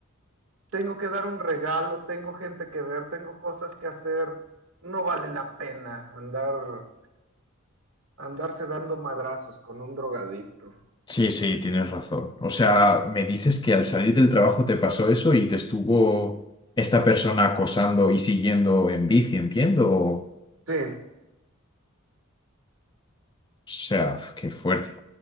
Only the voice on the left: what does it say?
Sí, sí, tienes razón. O sea, me dices que al salir del trabajo te pasó eso y te estuvo esta persona acosando y siguiendo en bici, entiendo. O
sea, qué fuerte.